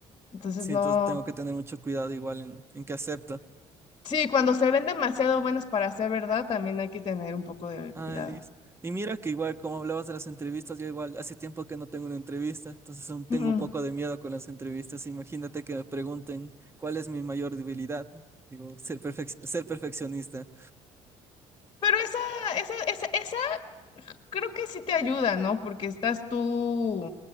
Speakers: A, on the left (about 40°); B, on the right (about 20°).
A: Entonces
B: Sí,
A: no,
B: entonces tengo que tener mucho cuidado igual en, en qué acepto.
A: sí, cuando se ven demasiado buenas para ser verdad, también hay que tener un poco de
B: Ah,
A: cuidado.
B: listo. Y mira que igual, como hablabas de las entrevistas, yo igual hace tiempo que no tengo una entrevista, entonces aún tengo
A: Ujú.
B: un poco de miedo con las entrevistas. Imagínate que me pregunten cuál es mi mayor debilidad. Digo, ser perfec- ser perfeccionista.
A: Pero esa, esa, esa, esa creo que sí te ayuda, ¿no? Porque estás tú